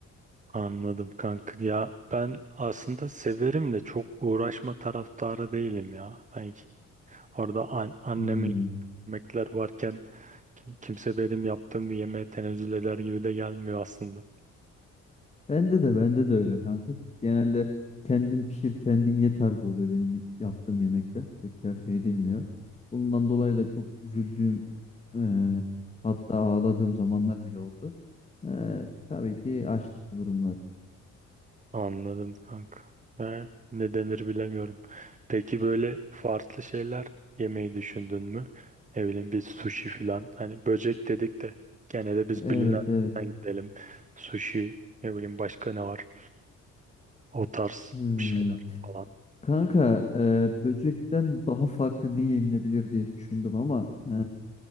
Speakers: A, on the right; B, on the left.
A: Anladım kanka. Ya ben aslında severim de çok uğraşma taraftarı değilim ya. Sanki orada an annemin
B: Hmm.
A: yemekler varken kim- kimse benim yaptığım bir yemeğe tenezzül eder gibi de gelmiyor aslında.
B: Bende de bende de öyle kanka. Genelde kendin pişir kendin ye tarzı oluyor benim yaptığım yemekler. Pek tercih edilmiyor. Bundan dolayı da çok üzüldüğüm e, hatta ağladığım zamanlar bile oldu. Ee, tabii ki açlık bu durumlar.
A: Anladım kanka. Ha, ne denir bilemiyorum. Peki böyle farklı şeyler yemeyi düşündün mü? Ne bileyim bir sushi filan. Hani böcek dedik de gene de biz
B: Evet
A: bilinenlerden
B: evet.
A: gidelim. Sushi ne bileyim başka ne var? O tarz
B: Hmm.
A: bir şeyler falan.
B: Kanka e, böcekten daha farklı ne yenilebilir diye düşündüm ama e,